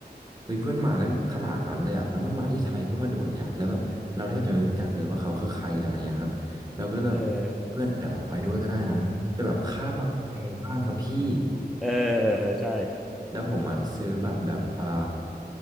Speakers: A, on the right (about 25°); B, in the centre.
A: เฮ้ยเพื่อนมาตั้งขนาดนั้นเลยอะแล้วมันมาที่ไทยเพื่อมาดูอันเนี้ยแล้วแบบเราแทบจะไม่รู้จักเลยว่าเขาคือใครอะไรเงี้ยครับเราก็เลยแบบเพื่อนเดี๋ยวเราไปด้วยก็ได้นะแต่แบบค่าบัตรแพงมากครับพี่
B: เออ <laughs> เออ <laughs> เออเออใช่
A: แล้วผมอะซื้อบัตรแบบอ่า